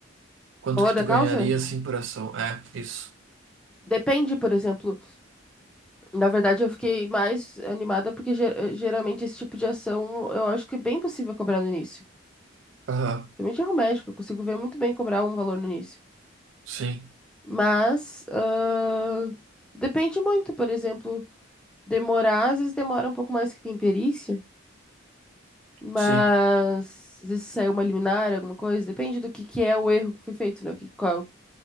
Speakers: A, on the right; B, in the centre.
A: quanto
B: Valor
A: que tu
B: da
A: ganharia
B: causa?
A: assim por ação. É, isso.
B: Depende, por exemplo, Na verdade, eu fiquei mais animada porque ge- eh, geralmente esse tipo de ação eu acho que é bem possível cobrar no início.
A: Aham.
B: Também de erro médico, eu consigo ver muito bem cobrar um valor no início.
A: Sim,
B: Mas ah, depende muito, por exemplo, demorar, às vezes demora um pouco mais que tem perícia, mas
A: sim.
B: às vezes saiu uma liminar, alguma coisa, depende do que, que é o erro que foi feito, né? O que, qual,